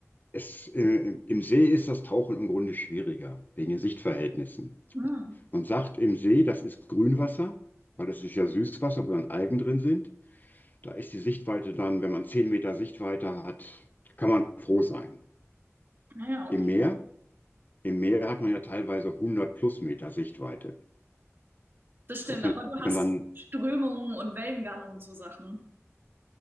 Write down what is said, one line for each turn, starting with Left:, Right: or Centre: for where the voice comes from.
Left: es, äh, im See ist das Tauchen im Grunde schwieriger, wegen den Sichtverhältnissen.
Right: Hm.
Left: Man sagt im See, das ist Grünwasser, weil das ist ja Süßwasser, wo dann Algen drin sind. Da ist die Sichtweite dann, wenn man 10 Meter Sichtweite hat, kann man froh sein.
Right: Naja,
Left: Im
Right: okay.
Left: Meer, im Meer hat man ja teilweise hundert plus Meter Sichtweite.
Right: Das stimmt,
Left: Das
Right: aber
Left: nennt
Right: du hast
Left: man dann,
Right: Strömungen und Wellengang und so Sachen.